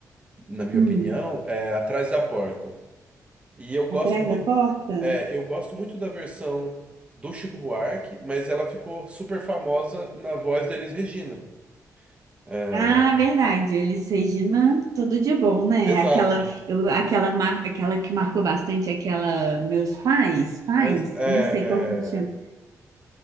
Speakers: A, on the right (about 20°); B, on the right (about 70°).
A: na minha
B: Hum,
A: opinião, é Atrás da Porta. E eu gosto
B: atrás
A: muito
B: da porta?
A: É, eu gosto muito da versão do Chico Buarque, mas ela ficou super famosa na voz da Elis Regina. É,
B: Ah, verdade. Eles Regina, tudo de bom, né?
A: exato.
B: Aquela,
A: mi-
B: eu, aquela, mar, aquela que marcou bastante, aquela meus pais, pais,
A: É, é,
B: não sei qual que me chama,
A: é,